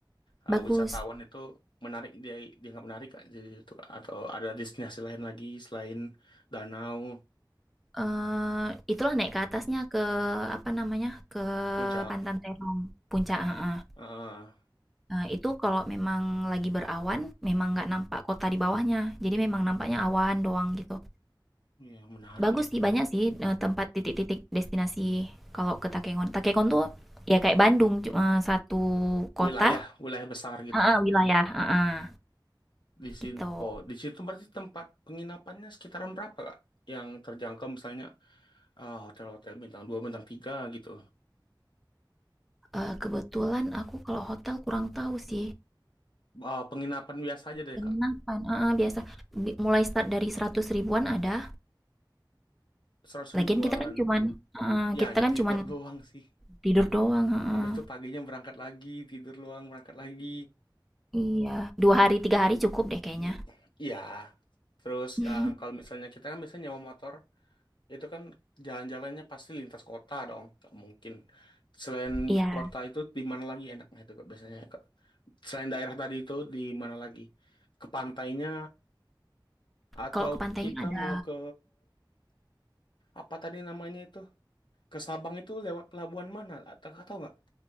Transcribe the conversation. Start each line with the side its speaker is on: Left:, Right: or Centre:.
Left: eh,
Centre: Bagus.
Left: wisatawan itu menarik dia dia nggak menarik kak? Jadi itu Kak? atau ada destinasi lain lagi selain danau,
Centre: Eee, itulah naik ke atasnya, ke apa namanya, ke
Left: puncak,
Centre: Pantan Terong, puncak heeh.
Left: eh
Centre: Nah, itu kalau memang lagi berawan, memang nggak nampak kota di bawahnya, jadi memang nampaknya awan doang gitu.
Left: yang menarik
Centre: Bagus
Left: ya.
Centre: sih, banyak sih, eee, tempat titik-titik destinasi kalau ke Takengon. Takengon tuh ya kayak Bandung, cuma satu kota
Left: Wilayah wilayah besar gitu.
Centre: heeh, wilayah heeh,
Left: Di sini
Centre: gitu.
Left: oh di situ berarti tempat penginapannya sekitaran berapa kak? Yang terjangkau misalnya eh, hotel-hotel bintang 2 bintang 3 gitu.
Centre: Eee, kebetulan aku kalau hotel kurang tahu sih,
Left: Eh, penginapan biasa aja deh
Centre: Penginapan,
Left: kak.
Centre: heeh, biasa bi mulai start dari 100 ribuan ada,
Left: 100
Centre: lagian
Left: ribuan.
Centre: kita kan cuman heeh,
Left: Yang
Centre: kita kan
Left: tidur
Centre: cuman
Left: doang sih.
Centre: tidur doang, heeh.
Left: Habis itu paginya berangkat lagi, tidur luang berangkat lagi.
Centre: Iya, 2 hari, 3 hari cukup deh kayaknya.
Left: I- Iya. Terus
Centre: <laughs>
Left: ka- kalau misalnya kita kan biasanya nyewa motor, itu kan jalan-jalannya pasti lintas kota dong, nggak mungkin. Selain
Centre: Iya,
Left: kota itu di mana lagi enaknya itu Kak, biasanya Kak? Selain daerah tadi itu di mana lagi? Ke pantainya atau
Centre: kalau ke pantainya
Left: kita
Centre: ada
Left: mau ke apa tadi namanya itu? Ke Sabang itu lewat pelabuhan mana? Atau tahu nggak?